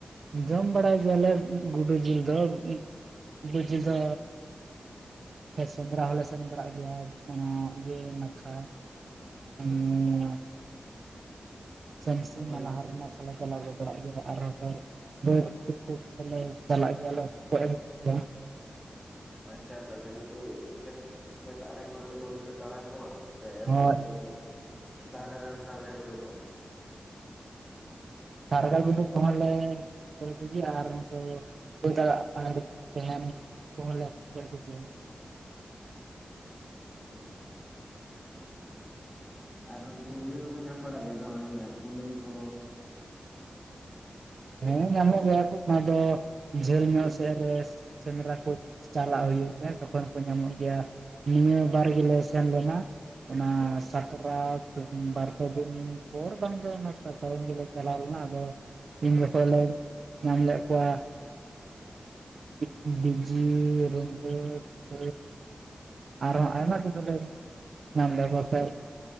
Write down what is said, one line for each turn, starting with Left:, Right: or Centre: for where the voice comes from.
Right: ᱡᱚᱢ ᱵᱟᱲᱟᱭ ᱜᱮᱭᱟᱞᱮ ᱜᱩᱰᱩ ᱡᱤᱞ ᱫᱚ ᱜᱩᱰᱩ ᱡᱤᱞ ᱫᱚᱼᱼ ᱥᱮᱸᱫᱽᱨᱟ ᱦᱚᱞᱮ ᱥᱮᱱ ᱵᱟᱲᱟᱜ ᱜᱮᱭᱟ ᱚᱱᱟ ᱜᱮ ᱱᱟᱠᱷᱟ, ᱦᱮᱸᱼᱼ ᱥᱮᱢ ᱥᱤ
Left: ᱵᱟᱹᱫᱽ
Right: ᱢᱟ ᱞᱟᱦᱟᱢᱟ ᱛᱟᱦᱞᱮ ᱪᱟᱞᱟᱣ ᱜᱚᱫᱲᱟᱜ ᱜᱮᱭᱟ ᱟᱨᱦᱚᱸ ᱵᱟᱹᱫᱽᱠᱩ ᱠᱚᱨᱮᱞᱮ ᱪᱟᱞᱟᱜ ᱜᱮᱭᱟ ᱞᱮ <unintelligible> ᱚᱡ ᱮᱢᱭᱟ
Left: ᱟᱪᱪᱷᱟ ᱛᱟᱦᱚᱞᱮ ᱠᱷᱮᱛ ᱠᱷᱮᱛ ᱟᱲᱮ ᱠᱚᱨᱮᱱ ᱜᱩᱰᱩ ᱯᱮᱼᱼ ᱛᱟᱲᱟ ᱠᱚᱣᱟ ᱥᱮ
Right: ᱦᱳᱭ
Left: ᱩᱱᱠᱩ ᱫᱟᱨᱮ ᱨᱮᱱ ᱥᱟᱨᱜᱟ ᱜᱩᱰᱩ ᱠᱚ?
Right: ᱥᱟᱨᱜᱟ ᱜᱩᱰᱩ ᱠᱚᱦᱚᱸ ᱞᱮ ᱜᱚᱡ ᱠᱚᱜᱮ ᱟᱨ ᱠᱩᱼᱼ <unintelligible> ᱟᱨ ᱪᱮᱢᱮᱧ ᱠᱚ ᱦᱚᱸᱞᱮ ᱜᱚᱡ ᱠᱚᱜᱮᱭᱟ ᱾
Left: ᱟᱪᱪᱷᱟ ᱾ ᱟᱨ ᱩᱱᱠᱩ ᱤᱭᱟᱹ ᱠᱚᱠᱚ ᱧᱟᱢ ᱵᱟᱲᱟᱜ ᱜᱮᱭᱟ ᱥᱮ ᱵᱟᱝ ᱠᱩᱞᱟᱹᱭ ᱠᱚ?
Right: ᱦᱮᱸ ᱧᱟᱢᱚᱜ ᱜᱮᱭᱟ ᱠᱚ, ᱚᱱᱟ ᱫᱚ ᱡᱷᱟᱹᱞ ᱧᱚᱜ ᱥᱮᱫ ᱨᱮ᱾ ᱥᱮᱸᱫᱽᱨᱟ ᱠᱚ ᱪᱟᱞᱟᱜ ᱦᱩᱭᱩᱜ ᱜᱮᱭᱟ, ᱛᱚᱠᱷᱚᱱ ᱠᱚ ᱧᱟᱢᱚᱜ ᱜᱮᱭᱟ ᱾ ᱱᱤᱭᱟᱹ ᱵᱟᱨ ᱜᱤᱞᱮ ᱥᱮᱱ ᱞᱮᱱᱟ ᱾ ᱚᱱᱟ ᱥᱟᱠᱨᱟᱛ ᱵᱟᱨ ᱯᱮ ᱫᱤᱱ ᱯᱚᱨ ᱵᱟᱝ ᱫᱚ ᱚᱱᱟ ᱛᱟᱼᱛᱟᱭᱚᱢ ᱜᱮᱞᱮ ᱪᱟᱞᱟᱣ ᱞᱮᱱᱟ ᱟᱫᱚ ᱩᱱ ᱡᱚᱠᱷᱚᱡ ᱞᱮ ᱧᱟᱢ ᱞᱮᱫ ᱠᱚᱣᱟ ᱾ ᱵᱤᱼᱵᱤᱡᱤ, ᱨᱩᱸᱰᱟᱹᱻ ᱾ ᱟᱨᱦᱚᱸ ᱟᱭᱢᱟ ᱠᱤᱪᱷᱩ ᱞᱮ ᱧᱟᱢ ᱞᱮᱫ ᱠᱚᱣᱟ ᱥᱮ ᱾